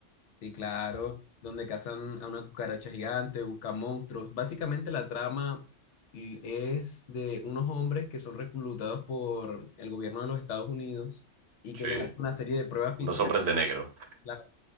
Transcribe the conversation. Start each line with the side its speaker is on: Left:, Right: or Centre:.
Left: sí, claro, donde cazan a una cucaracha gigante, buscan monstruos. Básicamente la trama l- es de unos hombres que son reclutados por el gobierno de los Estados Unidos y
Right: Sí.
Left: que les hace una serie de pruebas físicas
Right: Unos hombres de negro.
Left: Claro.